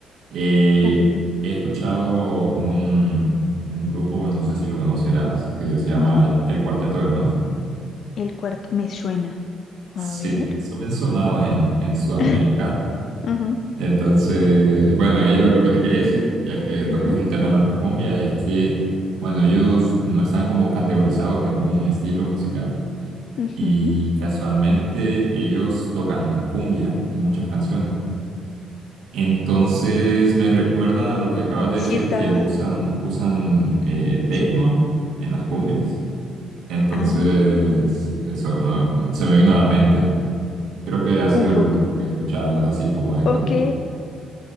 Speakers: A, on the right; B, on the left.
A: Eh,
B: Ok.
A: he escuchado un, un grupo, no sé si lo conocerás, que se llama
B: ujú.
A: El Cuarteto de Nos.
B: El cuarto me suena.
A: Sí,
B: A ver.
A: son bien sonados en, en Sudamérica.
B: <laughs> Ajá,
A: Entonces, bueno, ellos, lo que te quería decir, ya que tocas
B: ajá.
A: el tema de la cumbia, es que, bueno, ellos no están como categorizados en un estilo musical
B: Ujú.
A: y casualmente ellos tocan cumbia en muchas canciones. Entonces me recuerda a lo que acabas de
B: Sí
A: decir,
B: estaba,
A: que usan, usan eh, tecno
B: sí.
A: en las cumbias. Entonces,
B: Ah,
A: eso ah, se me vino a la mente. Creo que ha sido
B: un poco.
A: lo único que he escuchado, así como de
B: Ok.
A: cumbia.